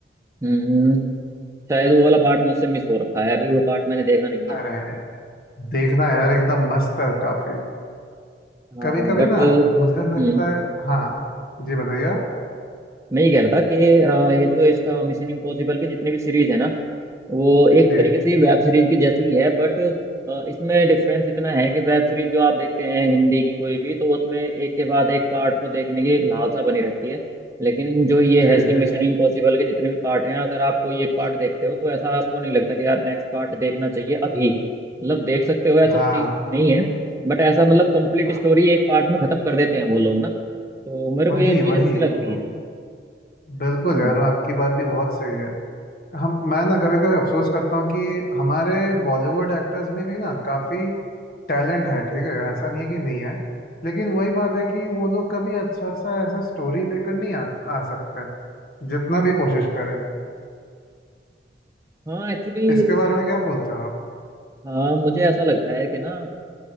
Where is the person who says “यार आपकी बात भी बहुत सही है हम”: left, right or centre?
Left